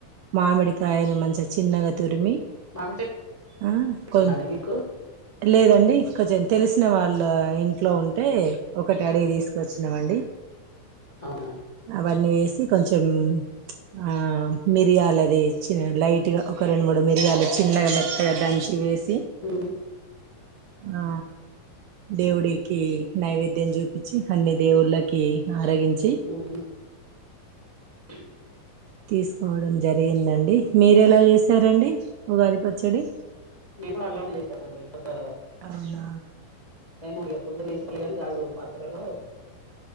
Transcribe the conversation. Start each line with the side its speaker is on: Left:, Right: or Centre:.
Right: మామిడికాయల్ను మంచిగ చిన్నగా తురిమి
Left: మామిడి
Right: ఆ
Left: చెట్టు
Right: కొ
Left: ఉందండి మీకు
Right: లేదండి కొంచెం తెలుస్ సిన వాళ్ళ ఇంట్లో ఉంటే ఒకటడిగి తీస్ కొచ్చినమండి
Left: అవునా
Right: అవన్నీ వేసి కొంచెం ఆ మిరియాలదీ చిన్న లైట్ గా ఒక రెండు మూడు మిరియాలు చిన్నగా మెత్తగా దంచి వేసి
Left: ఊ
Right: ఆ దేవుడికీ నైవేద్యం చూపిచ్చి అన్ని దేవుళ్ళకీ ఆరగించి
Left: ఉమ్ <inaudible>
Right: తీస్కోవడం జరిగిందండి మీరెలా చేసారండి ఉగాది పచ్చడి
Left: మేము అలానె చేసామండి కొత్తా
Right: అవునా
Left: నేను ఇ గుడ్ తీసుకోలేదని గాజు పాత్రలో